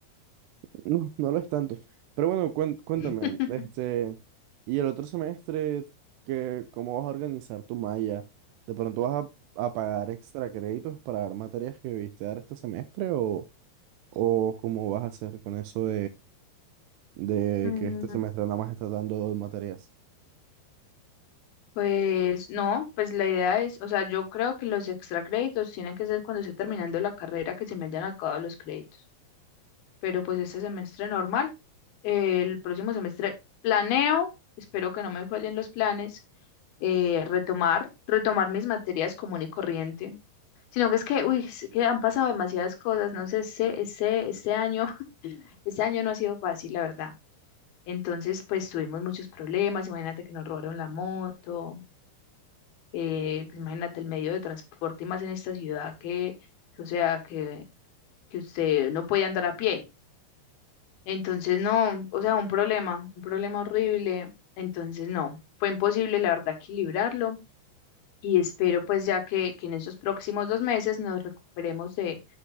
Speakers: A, on the right; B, on the left.
A: No, no no lo es tanto. Pero bueno, cuen- cuéntame,
B: <laughs>
A: este, y el otro semestre, que, ¿cómo vas a organizar tu malla? ¿De pronto vas a, a pagar extra créditos para dar materias que viste dar este semestre o, o cómo vas a hacer con eso de
B: Mm,
A: que este semestre nada más está dando dos materias.
B: Pues no, pues la idea es, o sea, yo creo que los extra créditos tienen que ser cuando esté terminando la carrera que se me hayan acabado los créditos. Pero pues este semestre normal, eh, el próximo semestre planeo, espero que no me fallen los planes, eh, retomar, retomar mis materias común y corriente. Sino que es que, uy, es que han pasado demasiadas cosas, no sé, este, este, este año, <laughs> este año no ha sido fácil, la verdad. Entonces, pues tuvimos muchos problemas, imagínate que nos robaron la moto, eh, pues, imagínate el medio de transporte y más en esta ciudad que, que, o sea, que, que usted no puede andar a pie. Entonces, no, o sea, un problema, un problema horrible. Entonces, no, fue imposible, la verdad, equilibrarlo y espero pues ya que, que en esos próximos dos meses nos recuperemos de,